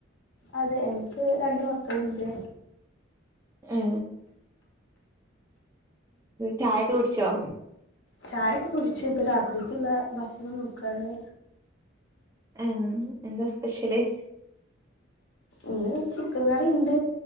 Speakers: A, on the left; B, on the right.
A: അതെ എനിക്ക് രണ്ട് മക്കളുണ്ട്
B: ഏ ചായൊക്കെ കുടിച്ചോ
A: ചായക്കെ കുടിച്ചു ഇപ്പോൾ രാത്രിക്കുള്ള ഭക്ഷണം നോക്കാണ്
B: ആ എന്താ സ്പെഷ്യല്
A: ഇന്ന് ചിക്കൻ കറി ഇണ്ട്